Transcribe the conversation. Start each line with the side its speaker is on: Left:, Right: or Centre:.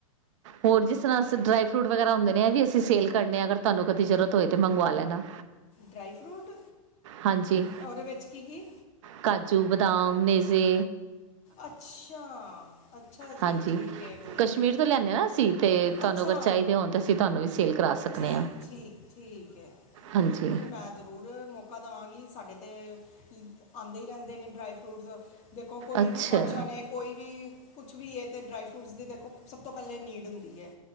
Right: ਹੋਰ ਜਿਸ ਤਰ੍ਹਾਂ ਅ ਡਰਾਈ ਫਰੂਟ ਵਗੈਰਾ ਹੁੰਦੇ ਨੇ ਵੀ ਅਸੀਂ ਸੇਲ ਕਰਨੇ ਅਗਰ ਤੁਹਾਨੂੰ ਕਦੀ ਜ਼ਰੂਰਤ ਹੋਏ ਤੇ ਮੰਗਵਾ ਲੈਣਾ
Left: ਡਰਾਈ ਫਰੂਟ
Right: ਹਾਂਜੀ।
Left: ਉਹਦੇ ਵਿੱਚ ਕੀ ਕੀ
Right: ਕਾਜੂ ਬਦਾਮ ਮੇਜ਼ੇ
Left: ਅੱਛਾ ਅੱਛਾ ਜੀ
Right: ਹਾਂਜੀ
Left: ਠੀਕ ਐ ਠੀਕ
Right: ਕਸ਼ਮੀਰ
Left: ਐ।
Right: ਤੋਂ ਲਿਆਉਂਦੇ ਹਾਂ ਨਾ ਅਸੀਂ ਅਤੇ ਤੁਹਾਨੂੰ
Left: ਅੱਛਾ
Right: ਅਗਰ ਚਾਹੀਦੇ ਹੋਣ ਤਾਂ ਅਸੀਂ ਤੁਹਾਨੂੰ ਵੀ ਸੇਲ ਕਰਾ ਸਕਦੇ
Left: ਠੀਕ
Right: ਹਾਂ
Left: ਠੀਕ ਠੀਕ ਹੈ,
Right: ਹਾਂਜੀ
Left: ਬਿਲਕੁਲ ਮੈਂ ਜ਼ਰੂਰ ਮੌਕਾ ਦਵਾਂਗੀ, ਸਾਡੇ ਤਾਂ ਆਉਂਦੇ ਹੀ ਰਹਿੰਦੇ ਨੇ ਡਰਾਈ ਫਰੂਟਸ ਦੇਖੋ ਕੋਈ
Right: ਅੱਛਾ
Left: ਵੀ ਫੰਕਸ਼ਨ ਐ, ਕੋਈ ਵੀ ਕੁਛ ਵੀ ਇਹ ਤੇ ਡਰਾਈ ਫਰੂਟਸ ਦੀ ਦੇਖੋ, ਸਭ ਤੋਂ ਪਹਿਲੇ ਨੀਡ ਹੁੰਦੀ ਐ।